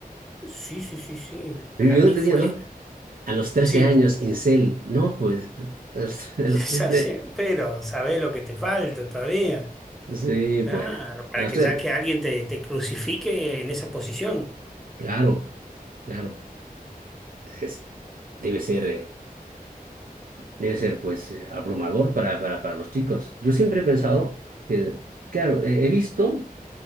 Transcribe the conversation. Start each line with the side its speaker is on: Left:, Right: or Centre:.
Centre: sí, sí, sí, sí.
Right: Yo
Centre: Para mí
Right: no entendía,
Centre: fue,
Right: ¿no? A los trece
Centre: sí,
Right: años, incel. No, pues, a los, <laughs> a los
Centre: <laughs>
Right: 13.
Centre: pero sabés lo que te falta todavía.
Right: Sí,
Centre: Claro,
Right: pues,
Centre: para
Right: a los
Centre: que
Right: trece
Centre: ya que alguien te, te crucifique en esa posición.
Right: Claro, claro. Es- debe ser, eh, debe ser, pues, eh, abrumador para, para, para los chicos. Yo siempre he pensado que, claro, eh, he visto,